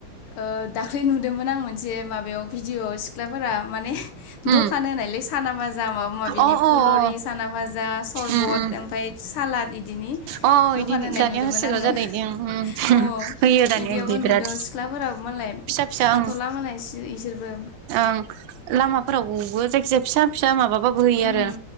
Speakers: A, on the left; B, on the right.
A: ओ दाख्लै नुदोमोन आं मोनसे माबायाव भिडिआव सिख्लाफोरा माने
B: उम
A: दखान होनायलाय साना फा <unintelligible> माबा माबिनि
B: अ अ
A: फुलरि
B: अ
A: साना फाजा सरबत
B: उम उम
A: ओमफाय सालाद इदिनि
B: अ
A: दखान
B: इदि
A: होननाय
B: दानिया
A: नुदोमोन
B: होसोग्रा
A: आंङो
B: जादों इदि ओं उम
A: अ
B: होयो दानिया
A: इदियावबो
B: इदि बिराद
A: नुद' सिख्लाफोरा
B: फिसा फिसा
A: थाथला
B: ओं
A: मोने इसि इसोरबो
B: ओं लामाफोरावबो जायखि जाया फिसा फिसा माबा बाबो होयो आरो
A: उम